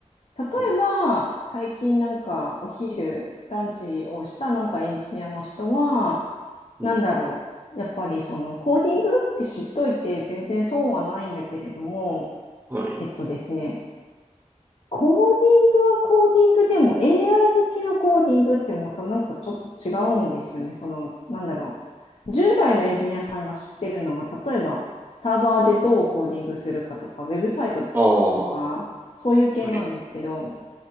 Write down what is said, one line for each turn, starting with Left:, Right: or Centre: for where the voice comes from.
Left: 例えば、
Right: うん。
Left: 最近なんかお昼、ランチをしたなんかエンジニアの人は、
Right: うん。
Left: なんだろう。やっぱりそのコーディングって知っといて全然損はないんだけれども、
Right: はい。
Left: えっとですね、コーディングはコーディングでも AI 向きのコーディングってまたなんかちょっと違うんですよね。その、なんだろう。従来のエンジニアさんが知ってるのは、例えばサーバーでどうコーディングするかとか、ウェブサイトとか、
Right: ああ。
Left: そういう系なんですけど、
Right: はい。